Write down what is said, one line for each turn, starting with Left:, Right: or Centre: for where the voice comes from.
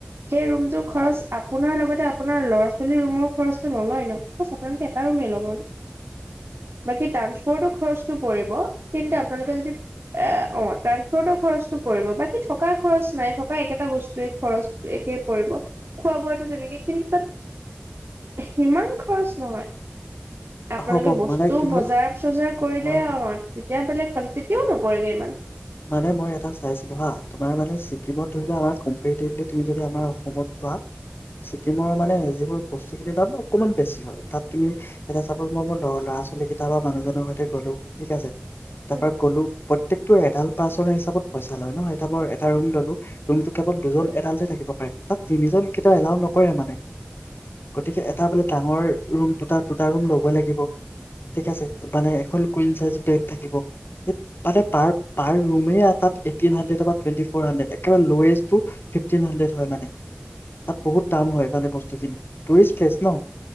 Right: সেই ৰুমটো খৰচ আপোনাৰ লগতে আপোনাৰ ল'ৰা ছোৱালী ৰুমৰ খৰচটো নলয় ন'! আপোনালোকে এটা ৰুমেই ল'ব ন! বাকী ট্ৰানচপৰ্তৰ খৰচটো পৰিব কিন্তু আপোনালোকে যদি, অ' ট্ৰানসপৰ্টৰ খৰচটো পৰিব বাকী থকা খৰচ নাই। থকা একেটা বস্তুৱে খৰচ একেই পৰিব খোৱা বোৱাটো তেনেকে, কিন্তু তাত সিমান খৰচ নহয়। আপোনালোকে
Left: হ'ব
Right: বস্তু
Left: মানে কি হ'ল
Right: বজাৰ চজাৰ কৰিলে
Left: মই
Right: আৰু তেতিয়া হলে, তেতিয়াও নপৰেগৈ ইমান
Left: মানে মই এটা চাইছিলো হা, তোমাৰ মানে চিকিমট ধৰিলে আমাৰ কম্পেৰিটিভলি তুমি যদি আমাৰ অসমত যোৱা ছিকিমৰ মানে যিবোৰ বস্তুখিনি তাৰ অকণমান বেছি হয়, তাত তুমি এতিয়া চাপ'জ মই মোৰ ল'ৰা ছোৱালীকেইটা বা মানুহজনৰ সৈতে গ'লোঁ। ঠিক আছে তাৰ
Right: উম,
Left: পৰা গ'লো প্ৰত্য়েকটো এডাল ই লয় ন এ মই এটা ম ললো ৰুমটো কেৱল দুজন এডালতে থাকিব পাৰে, তাত তিনিজন কেতিয়াও এলাও নকৰে মানে গতিকে এটা বোলে ডাঙৰ ৰুম দু দুটা ৰুম লব লাগিব, ঠিক আছে মানে এখন কুইন চাইজ বেড থাকিব মানে পাৰ পাৰ ৰুমে তাত eighteen hundred twenty four hundred, একেবাৰে লৱেষ্টটো ফিফটিন হাড্ৰেড হয়। মানে তাত বহুত দাম হয় মানে বস্তুখিন টুৰিষ্ট প্লেচ ন!